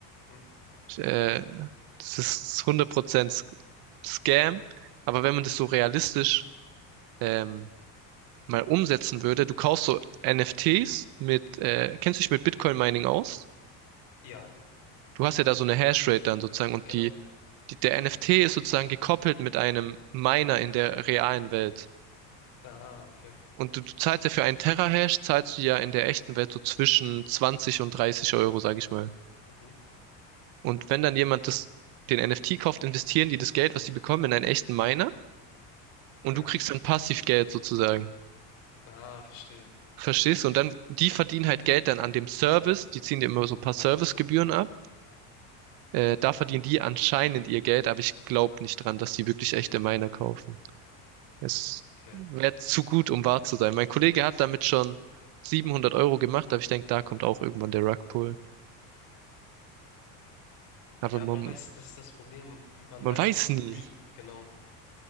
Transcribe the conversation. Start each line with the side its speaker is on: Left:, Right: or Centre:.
Left: Mhm.
Right: Äh, Das ist 100% Sc- Scam. Aber wenn man das so realistisch ähm, mal umsetzen würde, du kaufst so NFTs mit, äh, kennst du dich mit Bitcoin Mining aus?
Left: Ja,
Right: Du hast ja da so eine Hashrate dann sozusagen und
Left: genau.
Right: die, die, der NFT ist sozusagen gekoppelt mit einem Miner in der realen Welt.
Left: Ah, okay.
Right: Und du, du zahlst ja für einen Terahash, zahlst du ja in der echten Welt so zwischen 20 und 30 Euro, sag ich mal.
Left: Mhm.
Right: Und wenn dann jemand das, den NFT kauft, investieren die das Geld, was die bekommen, in einen echten Miner und
Left: Ja.
Right: du kriegst dann Passivgeld sozusagen.
Left: Ah, verstehe.
Right: Verstehst du? Und dann, die verdienen halt Geld dann an dem Service, die ziehen dir immer so ein paar Servicegebühren ab. Äh, da verdienen die anscheinend ihr Geld, aber ich glaube nicht dran, dass die wirklich echte Miner kaufen. Es
Left: Okay.
Right: wäre zu gut, um wahr zu sein. Mein Kollege hat damit schon 700 Euro gemacht, aber ich denke, da kommt auch irgendwann der Rugpull. Aber
Left: Ja,
Right: man,
Left: man weiß, das ist das Problem. Man
Right: man
Left: weiß
Right: weiß
Left: echt
Right: nie.
Left: nie, genau.